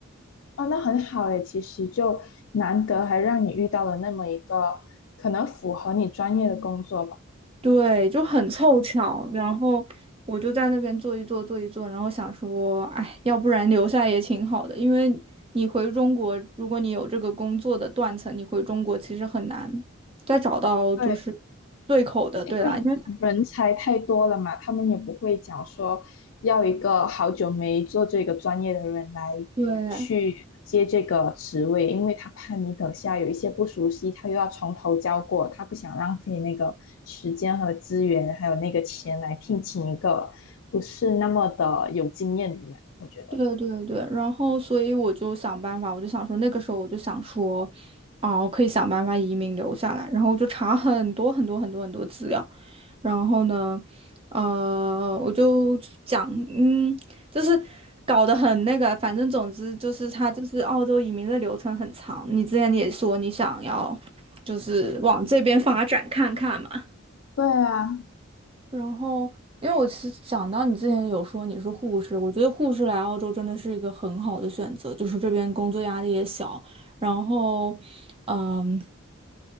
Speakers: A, on the left; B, on the right.
A: 哦，那很好诶，其实就难得还让你遇到了那么一个可能符合你专业的工作吧。
B: 对，就很凑巧，然后我就在那边坐一坐，坐一坐，然后想说，哎，要不然留下也挺好的，因为你回中国，如果你有这个工作的断层，你回中国其实很难再找到就是对口的，
A: 对。因为人才太多了嘛，
B: 对啦，因为
A: 他们也不会讲说要一个好久没做这个专业的人来
B: 对。
A: 去接这个职位，因为他怕你等下有一些不熟悉，他又要从头教过，他不想浪费那个时间和资源，还有那个钱来聘请一个不是那么的有经验的人，我觉得。
B: 对对对，然后所以我就想办法，我就想说那个时候我就想说，啊，我可以想办法移民留下来，然后我就查很多很多很多很多资料，然后呢，呃，我就讲，嗯，就是搞得很那个，反正总之就是他就是澳洲移民的流程很长，你之前也说你想要就是往这边发展看看嘛。
A: 对啊，
B: 然后，因为我是想到你之前有说你是护士，我觉得护士来澳洲真的是一个很好的选择，就是这边工作压力也小，然后，嗯，